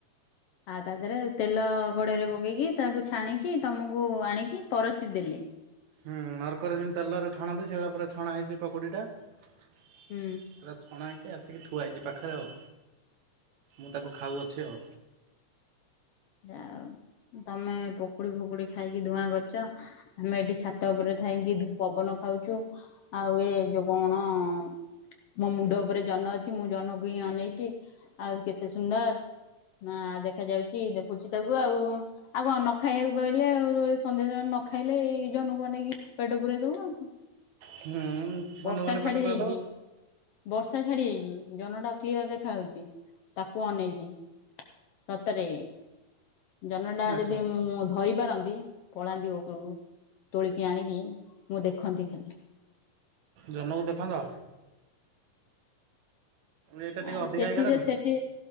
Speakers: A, on the left (about 75°); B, on the right (about 65°).
A: ଆ ତା ଦେହେରେ ତେଲ ଗୋଡରେ ପକେଇକି ତାକୁ ଛାଣିକି ତମକୁ ଆଣିକି ପରସି ଦେଲେ।
B: ହୁଁ ନର୍କରେ ଯେମିତି ତେଲରେ ଛାଣନ୍ତି ସେଇଭଳିଆ ପୁରା ଛଣା ହେଇଛି ପକୁଡ଼ିଟା। ପୁରା
A: ହୁଁ
B: ଛଣା ହେଇକି ଆସିକି ଥୁଆ ହେଇଛି ପାଖରେ ଆଉ। ମୁଁ ତାକୁ ଖାଉଅଛି ଆଉ।
A: ଯାହଉ ତମେ ପକୁଡି ଫକୁଡି ଖାଇକି ଧୂଆଁ କରୁଚ ଆମେ ଏଠି ଛାତ ଉପରେ ଥାଇକି ପବନ ଖାଉଛୁ ଆଉ ଏ ଯୋଉ କଣ ଅଂ ମୋ ମୁଣ୍ଡ ଉପରେ ଜହ୍ନ ଅଛି ମୁଁ ଜହ୍ନକୁ ହିଁ ଅନେଇଛି ଆଉରି କେତେ ସୁନ୍ଦର ନା ଆ ଦେଖାଯାଉଛି କୁଚି ଟାକୁ ଆଉ ଆଉ କନ ଖାଇବାକୁ ପାଇଲେ ଆଉ ସନ୍ଧ୍ୟାସମ ନ ଖାଇଲେ ଏଇ ଜନକୁ ଅଇେଇକି ପେଟ ପୁରେଇ ଦବୁ ଆଉ କଣ?
B: ହୁଁ ଧନୁ
A: ବର୍ଷା
B: ଗନେ ପେଟ
A: ଛାଡି
B: ପୁରେଇଦବ।
A: ଯାଇଚି ବର୍ଷା ଛାଡି ଯାଇଚି। ଜନ ଟା କ୍ଲିୟର ଦେଖା ହଉଛି ତାକୁ ଅନେଇଛିି ସତରେ ଜନ ଟା
B: ଆଚ୍ଛା
A: ଯଦି ମୁଁ ଧରି ପାରନ୍ତି ପଳାନ୍ତି ଉପରକୁ। ତୋଳିକି ଆଣିକି ମୁଁ ଦେଖନ୍ତି ଖାଲି।
B: ଜନକୁ ଦେଖନ୍ତ? ଏଇଟା ଟିକେ
A: ଆଉ
B: ଅଧିକା
A: ସେଠିରେ
B: ହେଇଗଲାନି
A: ସେଠି